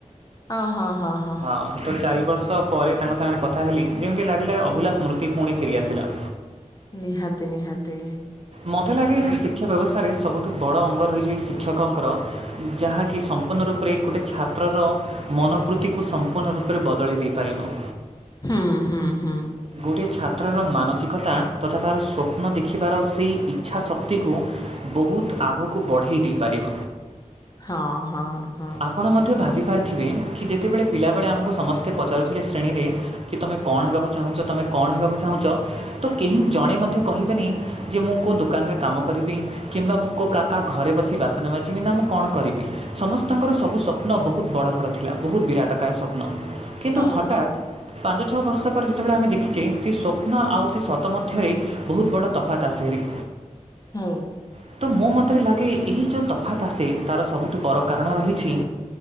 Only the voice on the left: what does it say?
ଅ ହଁ ହଁ ହଁ।
ନିହାତି ନିହାତି।
ହୁଁ
ହୁଁ ହୁଁ ହୁଁ।
ହଁ ହଁ ହଁ
ହଁ
ହଁ
ମୁଁ